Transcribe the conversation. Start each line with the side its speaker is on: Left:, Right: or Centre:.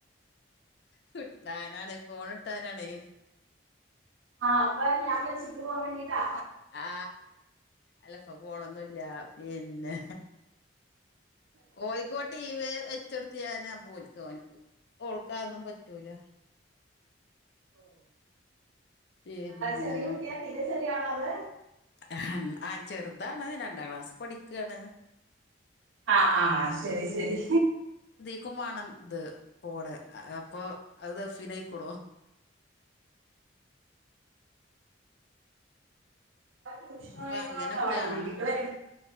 Left: കിട്ടാനാണ് ഫോണ് കിട്ടാനാണേ
Right: ആ അപ്പ ഞാൻ വെച്ചിട്ട് പോവാൻ വേണ്ടിട്ടാ
Left: ആ അല്ല പ്പ പോണൊന്നുല്ല പിന്നെ ഓലിക്ക് ഇവ ടി വി വെ ച്ചോടുത്ത് അപ്പോ ഓലിക്ക് ഓനിക്ക്. ഓൾക്കാതൊന്നും പറ്റൂല.
Right: ഓഹ്
Left: പിന്നെ
Right: ആഹ് ചെറിയ കുട്ടിയാ തീരെ ചെറിയ ആളാ ഇത്?
Left: ആഹ് ആൻ ചെറുതാണ്. രണ്ടാം ക്ലാസ് പഠിക്കാണ്.
Right: ആഹ് ആഹ് ശരി ശരി
Left: ക്കും വേണം ത് പോണ് അപ്പോ അത്ഫനയിക്കുണു
Right: ട്യൂഷന്
Left: അപ്പൊ
Right: പോയേക്കണോണ്ട
Left: അങ്ങനൊക്കെയാണ്
Right: വൈകീട്ട് വരും.